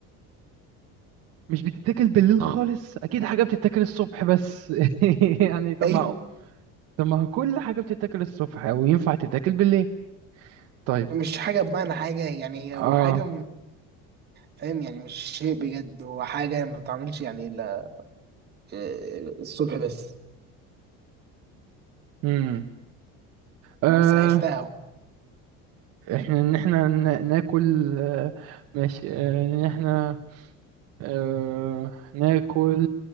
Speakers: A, on the right; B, on the right.
A: مش بتتاكل بالليل خالص اكيد حاجه بتتاكل الصبح بس <laughs> يعني طب
B: ايوه
A: ما هو طب ما هو كل حاجه بتتاكل الصبح او ينفع تتاكل بالليل طيب
B: مش حاجه بمعنى حاجه يعني
A: اه
B: هو حاجه فاهم يعني مش شيء بجد هو حاجة ما بتعملش يعني إلا آه، الصبح بس
A: امم آه
B: أنا سهلتها أهو
A: احنا ان احنا نا- ناكل آه ماشي آه، ان احنا آه ناكل